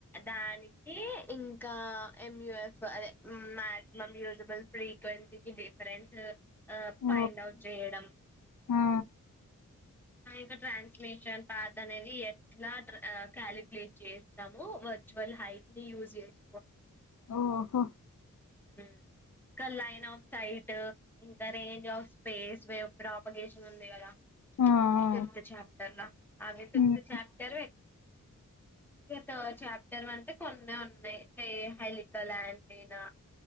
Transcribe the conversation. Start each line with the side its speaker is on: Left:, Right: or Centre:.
Centre: దానికి ఇంక్ కా ఎం. యు. ఎఫ్ అదే మాక్సిమం, యూజిబుల్, ఫ్రీక్వెన్సీకి, డిఫరెన్స్ ఫైండ్
Left: ఓ
Centre: అవుట్ చేయడం.
Left: ఆ
Centre: ఇంకా ట్రాన్స్మిషన్ పాత అనేది ఎత్ ఎట్లార్ కాలిక్యులేట్ చేస్ తాము వర్చువల్ హైట్ ని యూస్ చేసి
Left: ఓహో
Centre: ఉహ్ ఇంకా లైన్ ఆఫ్ సైట్ ఇంకా range of space wave propagation. అది ఉంది కదా
Left: ఆ ఆ!
Centre: ఫిఫ్త్ చాప్టర్ల అది ఫిఫ్త్
Left: హ్మ్
Centre: చాప్టరే ఇగ థర్డ్ చాప్టర్ అంటే కొన్నే ఉన్నాయి. హే హైలిక లాంటినా